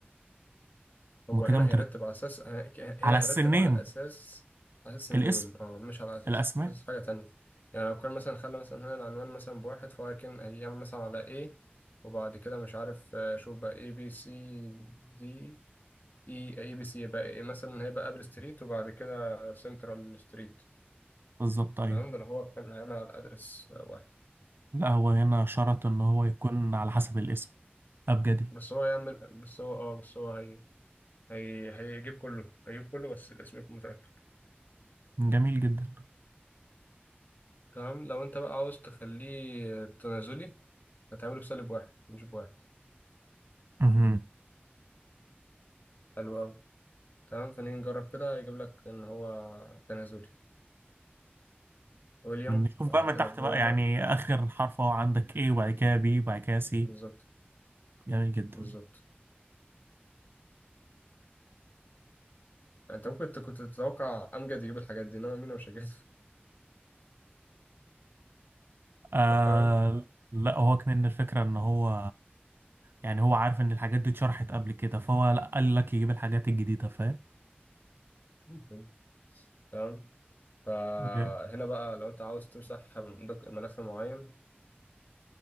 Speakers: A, on the left; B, on the right.
A: هو
B: هما كده
A: هنا
B: مترتب
A: هيرتب على اساس هنا
B: على السنين
A: هيرتب على اساس على اساس النيم
B: الاسم
A: اه مش على اساس
B: الاسماء
A: مش على اساس حاجة تانية يعني لو كان مثلا خلى مثلا هنا العنوان مثلا بواحد فهو كان هيعمل مثلا على ايه وبعد كده مش عارف آه، شوف بقى اي بي سي دي اي اي بي سي يبقى إيه مثلا هيبقى ابل ستريت وبعد كده سنترال ستريت
B: بالظبط ايوه
A: فاهم ده اللي هو كان هيعمل على ادرس واحد
B: لا هو هنا شرط ان هو يكون على حسب الاسم ابجدي
A: بس هو يعمل بس هو اه بس هو هي هي... هيجيب كله هيجيب كله بس الاسم يكون مترتب
B: جميل جدا
A: تمام لو انت بقى عاوز تخليه تنازلي هتعمله بسالب واحد مش بواحد
B: مهم.
A: حلو أوي تمام فنيجي نجرب كده يجيب لك ان هو تنازلي ويليام
B: نشوف
A: بعد
B: بقى من
A: كده
B: تحت
A: فيلا
B: بقى يعني آخر حرف هو عندك A وبعد كده B وبعد كده C
A: بالظبط
B: جميل جدا
A: بالظبط انت ممكن ت- كنت تتوقع امجد يجيب الحاجات دي انما مين مش هيجيب
B: آه
A: <laughs> تمام
B: لا هو كمان الفكرة إن هو يعني هو عارف إن الحاجات دي اتشرحت قبل كده فهو لا قال لك يجيب الحاجات الجديدة فاهم؟
A: ممكن تمام فهنا
B: Yeah.
A: بقى لو انت عاوز تمسح دوك- ملف معين